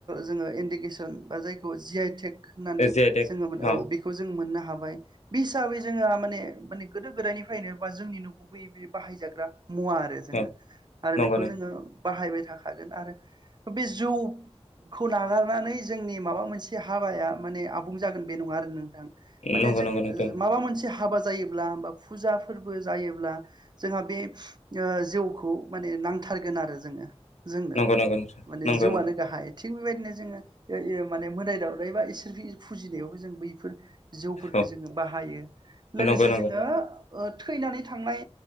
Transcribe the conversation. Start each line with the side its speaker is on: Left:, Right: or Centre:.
Right: जोङो इन्डिकेसन बा जायखौ जि आइ टेक होननानै
Left: जि आइ टेक
Right: जोङो
Left: अ
Right: औ बेखौ जों मोननो हायो हाबाय बे हिसाबै जोंहा माने माने गोदो गोदायनिफ्रायनो बा जोंनि न'खौ बै बे बाहायजाग्रा मुवा आरो जोङो
Left: अ
Right: आरो
Left: नंगौ
Right: बेखौ
Left: नंगौ
Right: जोङो बाहायबाय हागोन आरो बे जौ खौ नागारनानै जोंनि माबा मोनसे हाबाया माने आबुं जागोन बे नङा आरो माने
Left: नंगौ
Right: जों
Left: नंगौ नोंथां
Right: माबा मोनसे हाबा जायोब्ला बा फुजा फोरबो जायोब्ला जोंहा बे जिउखौ माने नांथारगोन आरो जोङो जोंनो
Left: नंगौ नंगौ नोंथां
Right: माने
Left: नंगौ
Right: जिउआनो
Left: नंगौ
Right: गाहाय थिग बेबायदिनो जोङो माने मोनाय दावदाय बा इसोर फुजिनायावबो जों बै बेफोर जिउफोरखौ
Left: औ
Right: जोङो बाहायो लोगोसे
Left: नंगौ नंगौ
Right: जोङो थैनानै थांनाय